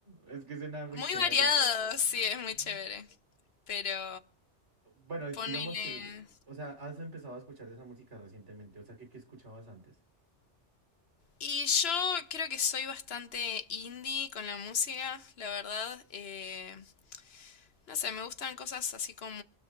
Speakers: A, on the right (about 75°); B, on the left (about 60°).
A: Es que suena muy
B: muy
A: chévere.
B: variado, sí, es muy
A: Ah.
B: chévere, pero
A: Bueno,
B: ponele
A: digamos que, o sea, has empezado a escuchar esa música recientemente, o sea, ¿qué, qué escuchabas antes?
B: y yo creo que soy bastante indie con la música, la verdad. eh, No sé, me gustan cosas así como